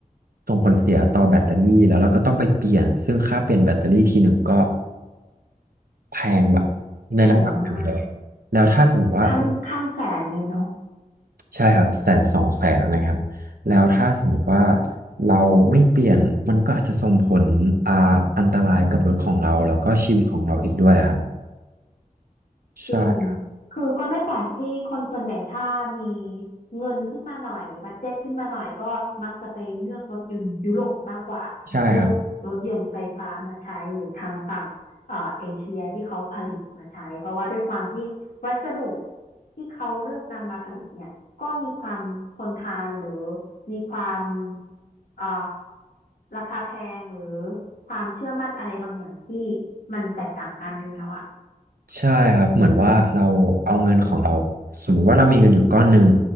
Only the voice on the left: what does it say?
แพงมาก
ขั้นขั้นแสนเลยเนาะ
จริงคือก็ไม่แปลกที่คนส่วนใหญ่ถ้ามีเงินขึ้นมาหน่อยบัดเจ็ตขึ้นมาหน่อยก็มักจะไปเลือกรถยนต์ยุโรปมากกว่าเลือกรถยนต์ไฟฟ้ามาใช้หรือทางฝั่งเอ่อเอเชียที่เขาผลิตมาใช้เพราะว่าด้วยความที่วัสดุ
ที่เขาเลือกนำมาผลิตเนี่ยก็มีความทนทานหรือมีความเอ่อราคาแพงหรือความเชื่อมั่นอะไรบางอย่างที่มันแตกต่างกันอยู่แล้วอะ